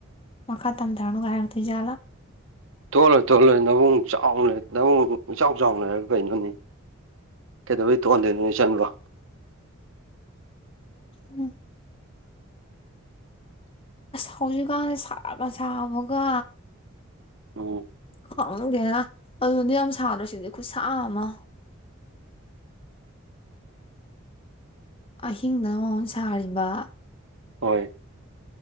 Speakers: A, on the left; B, on the right.
A: ꯃꯈꯥ ꯇꯝꯊ ꯀꯔꯨ ꯀ ꯍꯥꯏꯔ ꯇꯖꯦ
B: ꯇꯣꯜꯂꯣꯏ ꯇꯣꯜꯂꯣꯏ ꯅꯨꯡ ꯆꯥꯎꯅ ꯅꯕꯨꯡ ꯏꯆꯥꯎ ꯆꯥꯎꯅꯔꯒ ꯀꯩꯅꯣꯅꯦ ꯀꯩꯗꯧꯕꯩ ꯇꯣꯟꯗꯣꯏꯅꯣꯅꯦ ꯆꯟꯕ
A: ꯎꯝ ꯍꯧꯖꯤꯛꯀꯥꯟꯗ ꯁꯥꯠꯂ ꯁꯥꯕꯒ
B: ꯎꯝ
A: ꯈꯃꯗꯦꯅ ꯑꯗꯨꯗꯤ ꯌꯥꯝ ꯁꯥꯗ꯭ꯔꯁꯤꯗꯤ ꯈꯨꯠꯁꯥ ꯑꯃ ꯑꯍꯤꯡꯗ ꯃꯃꯟ ꯁꯥꯔꯤꯕ
B: ꯍꯣꯏ